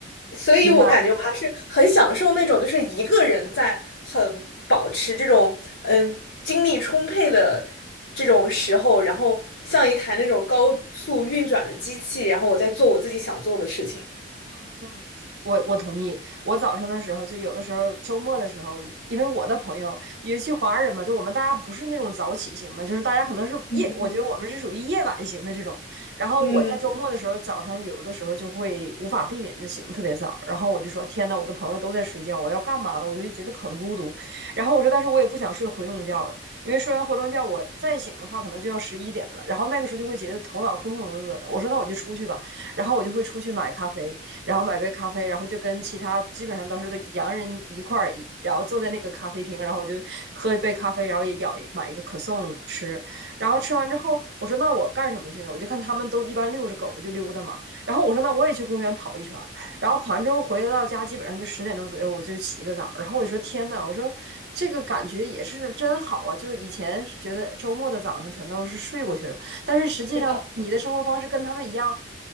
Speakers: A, on the left (about 75°); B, on the right (about 60°).
A: 所以我感觉我还是很享受那种，
B: 明白。
A: 就是一个人在很保持这种嗯精力充沛的这种时候，然后像一台那种高速运转的机器，然后我在做我自己想做的事情。
B: 嗯嗯，我我同意。我早上的时候，就有的时候周末的时候，因为我的朋友，尤其华人嘛，就我们大家不是那种早起型的，就是大家可能是夜，
A: 嗯，
B: 我觉得我们是属于夜晚型的这种。然后我在周末的时候，
A: 嗯，
B: 早上有的时候就会无法避免的醒特别早，然后我就说：“天呐，我的朋友都在睡觉，我要干嘛呢？”我就觉得很孤独。然后我说：“但是我也不想睡回笼觉了，因为睡完回笼觉，我再醒的话，可能就要十一点了。然后那个时候就会觉得头脑浑浑噩噩的。我说那我就出去吧。”然后我就会出去买咖啡，然后买杯咖啡，然后就跟其他基本上都是都洋人一块儿，然后坐在那个咖啡厅，然后我就喝一杯咖啡，然后也咬一买一个可颂吃，然后吃完之后，我说那我干什么去呢？我就看他们都一般遛着狗我就溜达嘛，然后我说那我也去公园跑一圈然后跑完之后回到家基本上就十点钟左右我就起一个澡，然后我就说天呐，我说这个感觉也是真好啊，就是以前觉得周末的早上全都是睡过去了，但是实际上你的生活方式跟他们一样，
A: 是的，